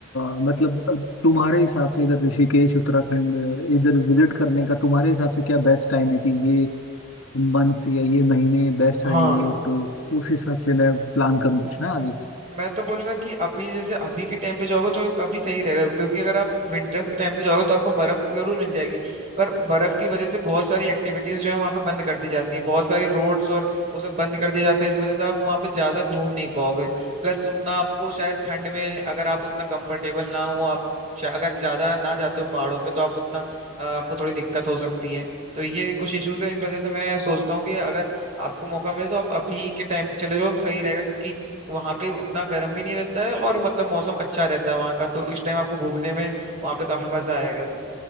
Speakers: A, on the left; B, on the right.
A: अ, मतलब अ, तुम्हारे हिसाब से इधर ऋषिकेश उत्तराखंड अ, इधर विजिट करने का तुम्हारे हिसाब से क्या बेस्ट टाइम है कि ये मंथ्स या ये महीने बेस्ट रहेंगे
B: हाँ
A: तो उस हिसाब से मैं प्लान करूँ कुछ ना आगे
B: मैं तो बोलूंगा कि अभी जैसे अभी के टाइम पे जाओगे तो काफी सही रहेगा क्योंकि अगर आप विंटर्स के टाइम पे जाओगे तो आपको बर्फ तो जरूर मिल जाएगी पर बर्फ की वजह से बहुत सारी एक्टिविटीज जो है वहाँ पे बंद कर दी जाती है बहुत सारी रोड्स और वो सब बंद कर दिए जाते हैं इस वजह से आप वहाँ पे ज्यादा घूम नहीं पाओगे प्लस उतना आपको शायद ठंड में अगर आप उतना कंफर्टेबल ना हो आप शा- अगर ज्यादा ना जाते हो पहाड़ों पे तो आप उतना अ, आपको थोड़ी दिक्कत हो सकती है तो ये कुछ इश्यूज हैं इस वजह से मैं सोचता हूँ कि अगर आपको मौका मिले तो आप अभी के टाइम पे चले जाओ सही रहेगा क्योंकि वहां पे उतना गर्म भी नहीं रहता है और मतलब मौसम अच्छा रहता है वहां का तो इस टाइम आपको घूमने में वहां पे काफी मजा आएगा